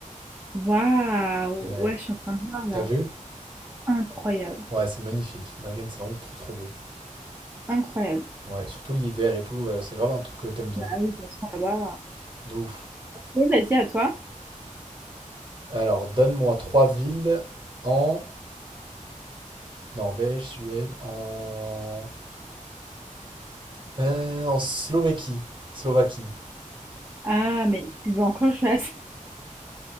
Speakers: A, on the right (about 15°); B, on the right (about 35°).
A: Waouh!
B: Ouais.
A: Ouais, je suis en train de voir là.
B: T'as vu?
A: Incroyable.
B: Ouais, c'est magnifique. Bergen, c'est vraiment trop trop beau.
A: Incroyable.
B: Ouais, surtout l'hiver et tout, euh, c'est grave un truc que t'aimes bien.
A: Ah oui, de toute façon, là-bas.
B: De ouf.
A: Ok, vas-y, à toi.
B: Alors, donne-moi trois villes en Norvège, Suède, en. euh, en Slovaquie. Slovaquie.
A: Ah, mais tu veux encore que je fasse? <laughs>